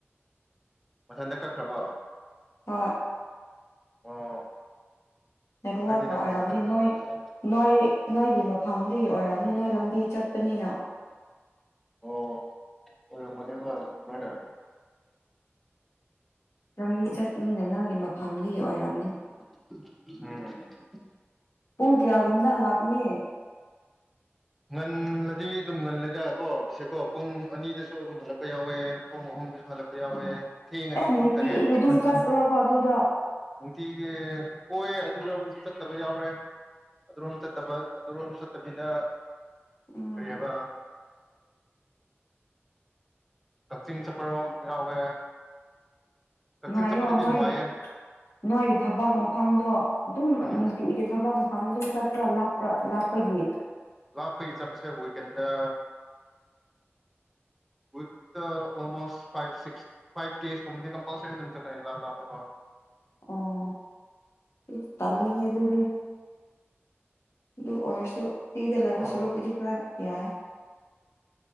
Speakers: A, in the centre; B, on the left.
A: ꯃꯊꯟꯇ ꯀꯛꯈ꯭ꯔꯕꯣ
B: ꯍꯣꯏ
A: ꯑꯣ
B: ꯅꯦꯠꯋꯔꯛꯅ
A: ꯑꯩꯗꯤ ꯅꯪꯅ
B: ꯑꯣꯏꯔꯝꯅꯤ
A: ꯃꯨꯠꯊꯠꯄ꯭ꯔꯥ
B: ꯅꯣꯏ
A: ꯈꯟꯕꯅꯦ
B: ꯅꯣꯏ ꯅꯣꯏꯒꯤ ꯃꯐꯝꯗꯒꯤ ꯑꯣꯏꯔꯝꯅꯤ ꯅꯣꯏ ꯂꯝꯕꯤ ꯆꯠꯄꯅꯤꯅ
A: ꯑꯣ ꯑꯣꯏꯔꯝꯒꯅꯤ <unintelligible>
B: ꯂꯝꯕꯤ ꯆꯠꯄꯅꯤꯅ ꯅꯪꯒꯤ ꯃꯐꯝꯗꯒꯤ ꯑꯣꯏꯔꯝ
A: ꯍꯝ
B: ꯄꯨꯡ ꯀꯌꯥꯒꯨꯝꯕꯗ ꯍꯜꯂꯥꯛꯀꯅꯤ
A: ꯉꯜꯂꯗꯤ ꯑꯗꯨꯝ ꯉꯜꯂꯦꯗꯀꯣ ꯕꯤꯁꯦꯀꯣ ꯄꯨꯡ ꯑꯅꯤꯗꯁꯨ ꯑꯗꯨꯝ ꯍꯜꯂꯛꯄ ꯌꯥꯎꯋꯦ ꯄꯨꯡ ꯑꯍꯨꯝꯗꯁꯨ ꯍꯜꯂꯛ ꯄ ꯌꯥꯎꯋꯦ
B: ꯑꯣ
A: ꯊꯦꯡꯉꯗꯤ
B: ꯑꯦ
A: ꯄꯨꯡ
B: ꯅꯨꯡꯇꯤꯒꯤ
A: ꯇꯔꯦꯠ ꯁꯨꯃꯥꯏꯅ
B: ꯑꯗꯨꯝ ꯆꯠꯄ꯭ꯔꯕ
A: ꯂꯥꯛꯑꯦ
B: ꯑꯗꯨꯗ
A: ꯅꯨꯡꯇꯤꯒꯤ ꯀꯣꯏ ꯑꯗꯨꯔꯣꯝ ꯆꯠꯇꯕ ꯌꯥꯎꯔꯦ ꯑꯗꯨꯔꯣꯝ ꯆꯠꯇꯕ ꯑꯗꯨꯔꯣꯝ ꯆꯠꯇꯕꯤꯗ
B: ꯎꯝ
A: ꯀꯔꯤ ꯍꯥꯏꯕ ꯀꯛꯆꯤꯡ ꯆꯠꯄꯔꯣꯝ ꯌꯥꯎꯋꯦ ꯀꯛꯆꯤꯡ
B: ꯉꯥꯏꯌꯣ
A: ꯆꯠꯄꯗꯗꯤ
B: ꯅꯣꯏꯒꯤ
A: ꯅꯨꯡꯉꯥꯏꯌꯦ
B: ꯅꯣꯏꯒꯤ ꯊꯕꯛ ꯃꯐꯝꯗꯣ ꯑꯗꯨꯝ
A: ꯎꯝ
B: ꯅꯨꯡꯇꯤꯒꯤ ꯊꯕꯛ ꯃꯐꯝ ꯑꯗꯨꯝ ꯆꯠ ꯂꯥꯞꯄ ꯂꯥꯞꯄꯒꯤ
A: ꯂꯞꯄꯒꯤ ꯆꯠꯄꯁꯦ ꯋꯤꯀꯟꯗ ꯋꯤꯛꯇ ꯑꯣꯜꯃꯣꯁ ꯐꯥꯏꯞ ꯁꯤꯛꯁ ꯐꯥꯏꯞ ꯀꯦꯀꯨꯝꯕꯗꯤ ꯀꯝꯄꯜꯁꯔꯤ ꯑꯗꯨꯝ ꯆꯠꯀꯅꯤ ꯂꯥꯞ ꯂꯥꯞꯄ ꯀꯣ
B: ꯑꯣ ꯏꯁ ꯇꯜꯂꯦꯍꯦ ꯑꯗꯨꯗꯤ ꯑꯗꯨ ꯑꯣꯏꯔꯁꯨ ꯐ꯭ꯔꯤꯗ ꯂꯩꯕ
A: ꯑꯣ
B: ꯁꯔꯨꯛꯕꯨꯗꯤ ꯈꯔ ꯌꯥꯏ